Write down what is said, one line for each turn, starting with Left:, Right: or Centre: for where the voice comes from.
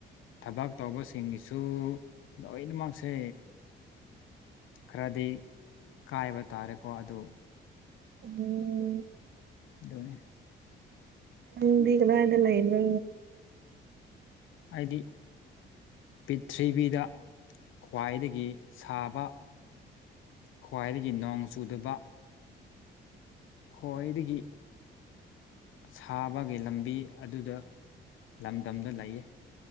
Left: ꯊꯕꯛ ꯇꯧꯕꯁꯤꯡꯒꯤꯁꯨ ꯂꯣꯏꯅꯃꯛꯁꯦ ꯈꯔꯗꯤ ꯀꯥꯏꯕ ꯇꯥꯔꯦꯀꯣ ꯑꯗꯨ
Right: ꯎꯝ
Left: ꯑꯗꯨꯅꯤ
Right: ꯅꯪꯗꯤ ꯀꯗꯥꯢꯗ ꯂꯩꯕ꯭ꯔꯣ
Left: ꯑꯩꯗꯤ ꯄꯤꯊ꯭ꯔꯤꯕꯤꯗ ꯈ꯭ꯋꯥꯏꯗꯒꯤ ꯁꯥꯕ ꯈ꯭ꯋꯥꯏꯗꯒꯤ ꯅꯣꯡ ꯆꯨꯗꯕ ꯈ꯭ꯋꯥꯏꯗꯒꯤ ꯁꯥꯕꯒꯤ ꯂꯝꯕꯤ ꯑꯗꯨꯗ ꯂꯝꯗꯝꯗ ꯂꯩꯌꯦ